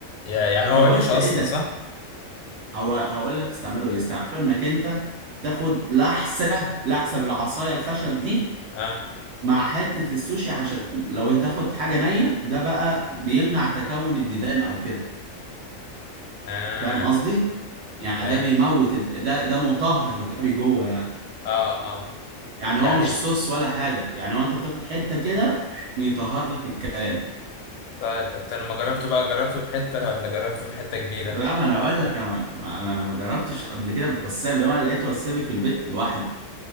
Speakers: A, on the left; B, on the right.
A: يا- يعني هو
B: فقلت
A: وحش اصلا
B: ايه ده
A: صح؟
B: هو هقول لك استعمله ايه استعمله انك انت تاخد لحسه لحسه بالعصايه الخشب دي
A: اه
B: مع حتة السوشي عشان لو هتاخد حاجة نية ده بقى بيمنع تكون الديدان او كده
A: اه
B: فاهم قصدي يعني
A: اي
B: ده بيموت الد- ده ده مطهر غبي جوه يعني
A: اه اه
B: يعني هو
A: يعني
B: مش صوص ولا حاجة يعني هو انت بتاخد حتة كده بيطهر لك الكلام
A: طيب انت لما جربته بقى جربته بحتة ولا جربته بحتة كبيرة
B: لا ما انا اقول لك انا ما ما- انا ما جربتش قبل كده بوسابي وانا لقيت وسابي في البيت لوحده